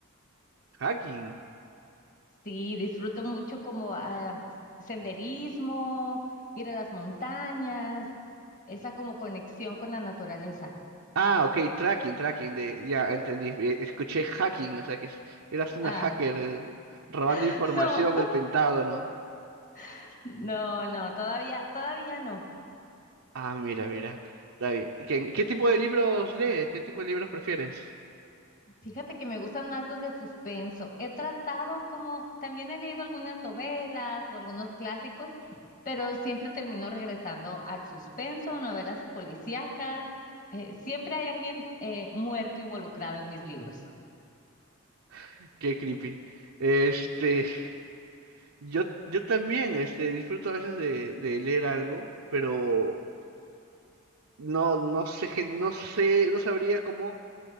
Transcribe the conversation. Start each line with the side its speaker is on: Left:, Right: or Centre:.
Right: Hacking.
Left: Sí, disfruto mucho como ah, senderismo, ir a las montañas, esa como conexión con la naturaleza.
Right: Ah, ok, tracking, tracking, de, ya entendí, eh, escuché hacking, o sea que es- eras una
Left: Ah,
Right: hacker eh, robando
Left: <laughs>
Right: información
Left: no,
Right: del Pentágono.
Left: <laughs> no, no, todavía, todavía no.
Right: Ah, mira, mira, está bien. ¿Qué, qué tipo de libros lees? ¿Qué tipo de libros prefieres?
Left: Fíjate que me gustan más los de suspenso. He tratado como, también he leído algunas novelas o algunos clásicos, pero siempre termino regresando al suspenso, novelas policíacas. Eh, siempre hay alguien eh, muerto involucrado en mis libros.
Right: <laughs> Qué creepy. Este, <laughs> yo, yo también, este, disfruto a veces de, de leer algo, pero No, no sé, gen- no sé, no sabría cómo,